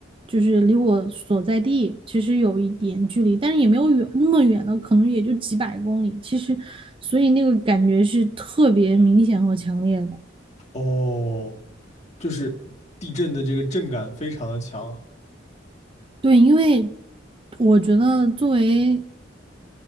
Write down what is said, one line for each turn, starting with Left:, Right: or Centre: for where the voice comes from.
Right: 就是离我所在地其实有一点距离，但是也没有远那么远了，可能也就几百公里。其实，所以那个感觉是特别明显和强烈的。
Left: 哦。就是地震的这个震感非常的强。
Right: 对，因为我觉得作为